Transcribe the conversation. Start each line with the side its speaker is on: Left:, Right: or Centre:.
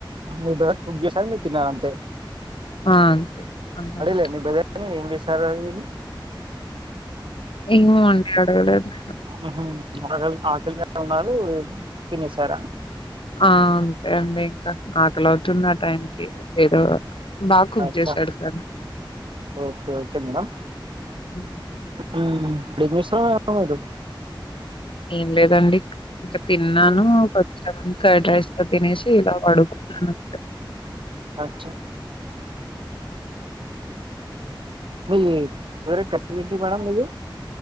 Right: మీ బ్రదర్ కుక్ చేసారు మీరు తిన్నరంతే
Left: ఆ! అంతే అంత
Right: అడగలేద
Left: మటుకు.
Right: మీ బ్రదర్ ని ఏం చేస్తారు అది ఇది అని
Left: ఏమో అండి అడగలేదు నిను
Right: హుహు. ఆకలి ఆకలి మీద ఉన్నారు తినేసారా
Left: ఆ అంతే అండి ఇంకా ఆకలివుతుంది ఆ టైంకి ఏదో బాగా కుక్
Right: అచ్చా!
Left: సైడ్ కన్
Right: ఓకే ఓకే మేడం
Left: హ్మ్.
Right: మ్ రేపొస్తున్నారు గా మీరు
Left: ఏం లేదండి ఇంకా తిన్నాను
Right: హ్మ్.
Left: కొంచెం ఫ్రైడ్ రైస్ లో తినేసి ఇలా పడుకున్నాను అంతే.
Right: అచ్చ మీ ఫేవరేట్ కర్రీ ఏంటి మేడం మీది